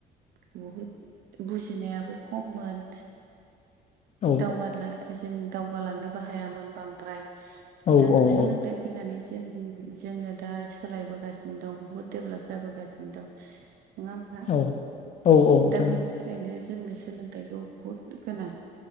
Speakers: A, on the right; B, on the left.
A: बहुद बुजिनायाबो खममोन
B: औ
A: दावगाला जों दावगालांनोबो हायामोन बांद्राय
B: औ
A: दाथ'
B: औ
A: सोलोंथाइ
B: औ
A: फैनानै जों जोङो दा सोलायबोगासिनो दं बहुद दडेभेलप जाबोगासिनो दं।
B: <inaudible>
A: नङा होमबा?
B: औ औ औ नोंथां
A: दा बेनि थाखायनो जोंनो सोलों थाइखौ बुहुद गोनां